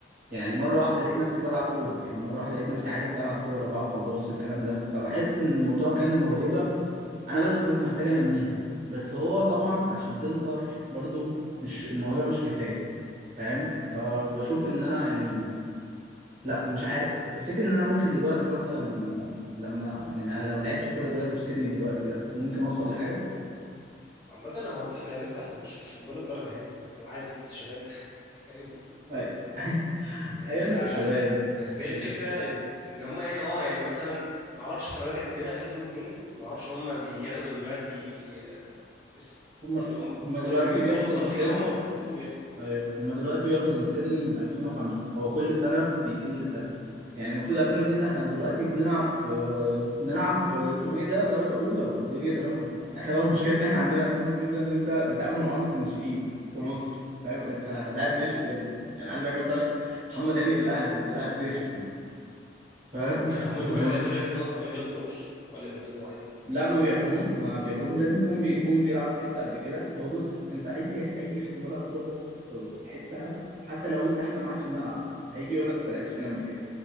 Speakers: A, on the right; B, on the left.
A: يعني مره واحده لقيت نفسي بلعب كوره يعني مره واحده لقيت نفسي عارف بلعب كوره بعرف اباصي والكلام ده فبحس ان الموضوع كان موهبه انا بس كنت محتاج انميها بس هو طبعا عشان تظهر برضو مش الموهبه مش كفايه فاهم فبشوف ان انا يعني لا أنا مش عارف تفتكر ان انا ممكن دلوقتي مثلا لما يعني لو لعبت كوره دلوقتي بسني دلوقتي ده ممكن اوصل لحاجه
B: عامة هو انت احنا لسه احنا مش مش قنبلة درجة يعني يعني لو عادي احنا لسه شباب <laughs> فاهم
A: أي- <laughs>
B: فانت
A: ايوه لسه شباب
B: بس هي الفكرة
A: بس
B: إز- ان هم يعني اه يعني مثلا معرفش احنا دلوقتي بما اننا احنا 2002 معرفش هم بياخدوا دلوقتي آه، اس-
A: هم
B: يعني هم
A: هم دلوقتي
B: هم بيكونوا
A: بياخدوا
B: مصنفين
A: من سن
B: اعمار المفروض يعني
A: ايوه هما دلوقتي بياخدوا من سن من 2005 هو كل سنه بيقل سنه يعني المفروض 2002 ده احنا دلوقتي بنلعب آه، بنلعب آه، اسمه ايه ده درجه اولى والدنيا تمام احنا بقى المشكله ان احنا عندنا 2002 ده ان انت بيتعاملوا معامله الناشئين في مصر فاهم انت لاعب ناشئ يا ابني يعني عندك مثلا محمد هاني في الاهلي ده لاعب ناشئ مثلا فاهم
B: يعني هم
A: <laughs>
B: دلوقتي 2002 اصلا ما بياخدوهمش ولا بياخدوهم عادي
A: لا ما بياخدهم ما بياخدهم لازم يكون بيكون بيلعب في حته قبل كده هو بص انت اي اي اختبار هتروحه في في حتة حتى لو انت احسن واحد في الملعب هيجي يقول لك انت لعبت فين قبل كده